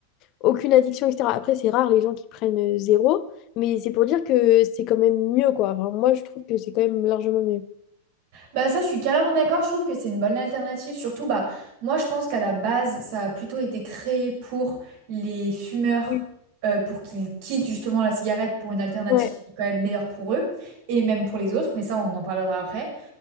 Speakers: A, on the left (about 40°); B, on the right (about 50°).
A: aucune addiction, etc. Après, c'est rare les gens qui prennent zéro, mais c'est pour dire que c'est quand même mieux, quoi. Enfin, moi, je trouve que c'est quand même largement mieux.
B: Bah ça, je suis carrément d'accord, je trouve que c'est une bonne alternative. Surtout, bah, moi, je pense qu'à la base, ça a plutôt été créé pour les fumeurs,
A: Oui.
B: euh, pour qu'ils quittent justement la cigarette pour une alternative
A: Ouais,
B: qui est quand même meilleure pour eux, et même pour les autres, mais ça, on en parlera après.